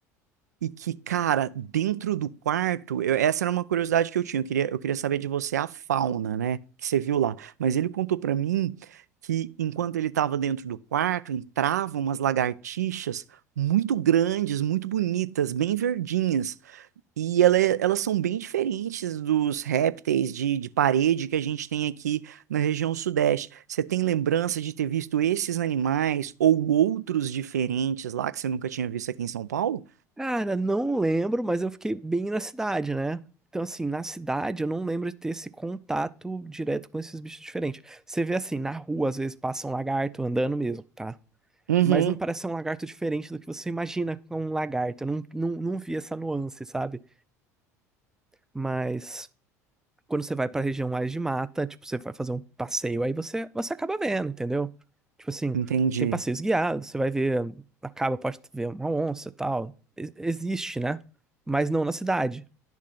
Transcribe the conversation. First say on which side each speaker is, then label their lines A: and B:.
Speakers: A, on the right (about 75°); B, in the centre.
A: E que, cara, dentro do quarto, eu- essa era uma curiosidade que eu tinha. Eu queria, eu queria saber de você a fauna, né? Que você viu lá. Mas ele contou pra mim que enquanto ele estava dentro do quarto, entravam umas lagartixas muito grandes, muito bonitas, bem verdinhas. E ela é- elas são bem diferentes dos répteis de, de parede que a gente tem aqui na região sudeste. Você tem lembrança de ter visto esses animais ou outros diferentes lá que você nunca tinha visto aqui em São Paulo?
B: Cara, não lembro, mas eu fiquei bem na cidade, né? Então, assim, na cidade eu não lembro de ter esse contato direto com esses bichos diferentes. Você vê assim, na rua, às vezes passa um lagarto andando mesmo, tá?
A: Uhum.
B: Mas não parece ser um lagarto diferente do que você imagina com um lagarto. Eu não, não, não vi essa nuance, sabe? Mas quando você vai pra região mais de mata, tipo, você vai fazer um passeio, aí você, você acaba vendo, entendeu? Tipo assim,
A: Entendi.
B: tem passeios guiados, você vai ver, acaba, pode ver uma onça e tal. E- Existe, né? Mas não na cidade.